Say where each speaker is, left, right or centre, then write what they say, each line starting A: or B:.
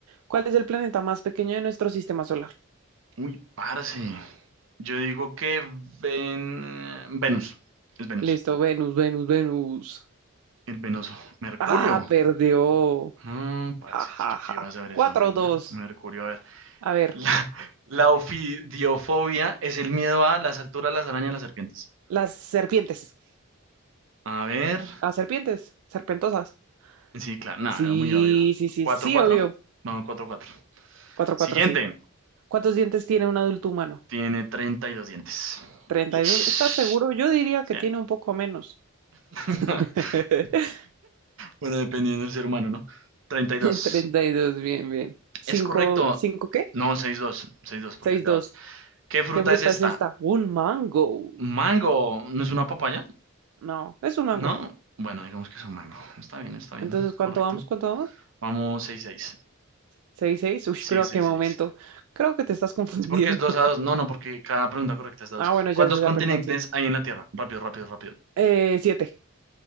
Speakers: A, on the right; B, on the right.
A: ¿Cuál es el planeta más pequeño de nuestro sistema solar?
B: Uy, parce. Yo digo que ven... Venus. Es Venus.
A: Listo, Venus, Venus, Venus.
B: El venoso. Mercurio.
A: Ah, perdió.
B: No, parce,
A: Ja, ja,
B: que yo
A: ja.
B: que iba a saber
A: Cuatro,
B: esa vaina.
A: dos.
B: Mercurio, a ver.
A: A ver,
B: La, la ofidiofobia es el miedo a las alturas, las arañas, las serpientes.
A: las serpientes.
B: A ver.
A: Las serpientes, serpentosas.
B: Sí, claro, nada,
A: Sí,
B: era muy obvio.
A: sí, sí,
B: Cuatro
A: sí,
B: cuatro,
A: obvio.
B: Vamos, cuatro cuatro.
A: Cuatro,
B: Siguiente.
A: cuatro, sí. ¿Cuántos dientes tiene un adulto humano?
B: Tiene 32 dientes.
A: 32.
B: Ish.
A: ¿Estás seguro?
B: O
A: Yo diría que
B: sea,
A: tiene un poco menos.
B: <laughs>
A: <laughs>
B: Bueno, dependiendo del ser humano, ¿no? Treinta y dos,
A: Treinta y dos, bien, bien. Cinco,
B: ¿Es correcto?
A: cinco, ¿qué?
B: No, seis dos, seis dos, porque
A: Seis,
B: es de
A: dos.
B: a dos. ¿Qué fruta
A: ¿Qué fruta
B: es esta?
A: es esta? Un mango.
B: ¿Mango? ¿No es una papaya?
A: No, es un mango.
B: No. Bueno, digamos que es un mango. Está bien, está bien.
A: Entonces, ¿cuánto
B: Correcto.
A: vamos? ¿Cuánto vamos?
B: Vamos, seis seis,
A: Seis, seis. Uy,
B: Sí,
A: pero ¿a qué
B: seis
A: momento?
B: seis.
A: Creo que te estás confundiendo.
B: Es porque es 2
A: <laughs>
B: a 2. No, no, porque cada pregunta correcta es de
A: Ah,
B: 2.
A: bueno,
B: ¿Cuántos
A: ya, ya, ya,
B: continentes
A: perdón, sí.
B: hay en la Tierra? Rápido, rápido, rápido.
A: Eh, siete.